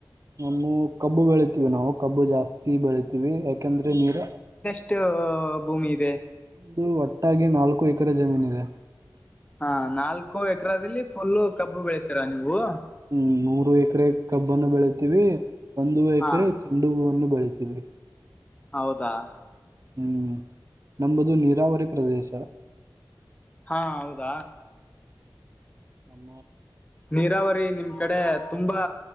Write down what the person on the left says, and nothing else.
ಮ ಭೂಮಿ ಇದೆ
ಹಾ ನಾಲ್ಕು ಎಕ್ರದಲ್ಲಿ ಫುಲ್ಲು ಕಬ್ಬು ಬೆಳಿತೀರ ನೀವು
ಹಾ
ಹೌದಾ
ಹಾ ಹೌದಾ
ನೀರಾವರಿ ನಿಮ್ ಕಡೆ ತುಂಬಾ